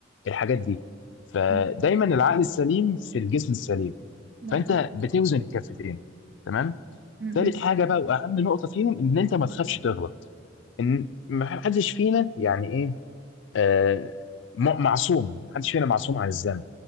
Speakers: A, on the left (about 75°); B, on the right (about 65°).
A: الحاجات دي فدايما
B: م-
A: العقل السليم في الجسم السليم
B: مظبوط
A: فانت بتوزن الكفتين تمام
B: م-
A: تالت
B: م-
A: حاجه بقى واهم نقطه فيهم ان انت ما تخافش تغلط ان ما حدش فينا يعني إيه، آه، م- معصوم محدش فينا معصوم عن الذنب